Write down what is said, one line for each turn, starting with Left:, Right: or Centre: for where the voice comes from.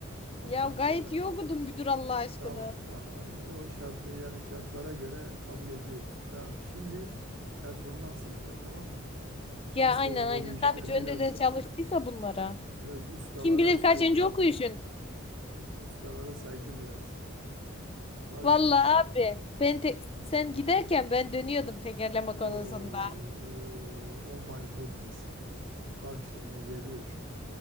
Right: Ondan
Left: Ya
Right: sonra.
Left: gayet iyi okudun müdür Allah aşkına.
Right: Tamam tamam hani o şart yani şartlara göre kabul ediyoruz. Tamam şimdi performans izle tamam mı? Nasıl
Left: Ya aynen
Right: oluyor
Left: aynen.
Right: bu işler
Left: Tabii ki önceden
Right: biraz
Left: çalıştıysa bunlara.
Right: biraz ustalara
Left: Kim bilir
Right: saygı.
Left: kaçıncı okuyuşun.
Right: Ustalara saygı biraz. Bak
Left: Vallahi
Right: şimdi.
Left: abi ben te- sen giderken ben dönüyordum tekerleme
Right: Oh,
Left: konusunda.
Right: oh, oh my goodness. Bak şimdi geliyor.